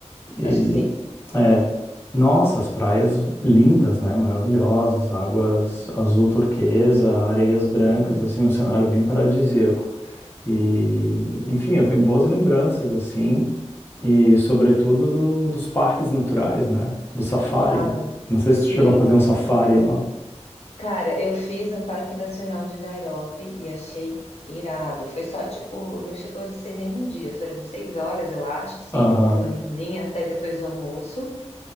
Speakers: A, on the left (about 20°); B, on the left (about 60°).
A: e
B: acho que sim.
A: é, nossa, as praias lindas, né? Maravilhosas, águas azul turquesa, areias brancas,
B: Uhum.
A: assim, um cenário bem paradisíaco. E, enfim, eu tenho boas lembranças, assim, e sobretudo do- dos parques naturais, né? Do safari.
B: Ah,
A: Não sei
B: sim.
A: se tu chegou a fazer um safari lá.
B: Cara, eu fiz no Parque Nacional de Nairobi e achei irado. Foi só, tipo, não chegou a ser nem um dia, foram seis horas, eu acho, assim,
A: Aham.
B: de manhãzinha até depois do almoço.